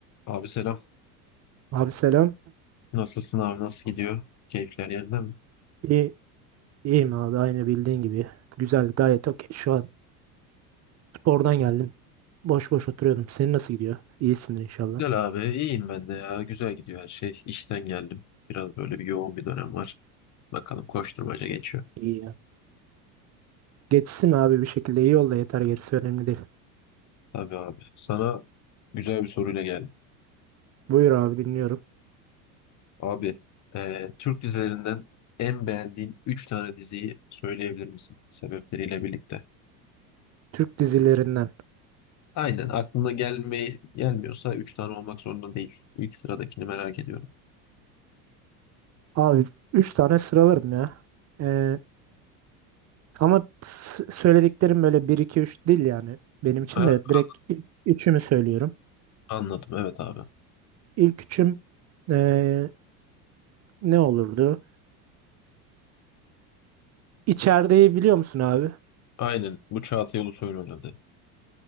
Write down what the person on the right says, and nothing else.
Abi selam.
İyi, iyiyim abi aynı bildiğin gibi. Güzel gayet okey. Şu an spordan geldim. Boş boş oturuyordum. Senin nasıl gidiyor? İyisindir inşallah.
İyi ya. Geçsin abi bir şekilde iyi ol da yeter gerisi önemli değil.
Buyur abi dinliyorum.
Türk dizilerinden.
Abi 3 tane sıralarım ya. Ee, ama s- söylediklerim böyle bir 2 3 değil yani. Benim için
de direkt ilk üçümü söylüyorum.
İlk üçüm ee, ne olurdu? İçerideyi biliyor musun abi?